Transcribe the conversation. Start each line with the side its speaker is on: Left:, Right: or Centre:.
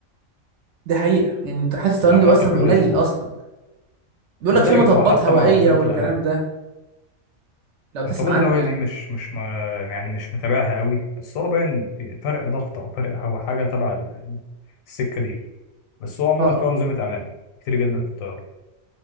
Right: دي حقيقه يعني انت حاسس الطيران
Left: ولو
Right: دي
Left: حتى
Right: اصلا
Left: كل
Right: قليل
Left: أسبوع
Right: اصلا بيقول
Left: قليل
Right: لك في مطبات
Left: اه حتى
Right: هوائيه
Left: مع أنظمة
Right: والكلام
Left: الأمان
Right: ده لو تسمع
Left: مطبات
Right: عنه
Left: الهواء
Right: يعني
Left: دي مش مش ما يعني مش متابعها قوي بس هو باين في فرق ضغط او فرق هو حاجه تبع ال- السكه دي بس هو عموما
Right: اه
Left: في انظمه امان كتير جدا في الطياره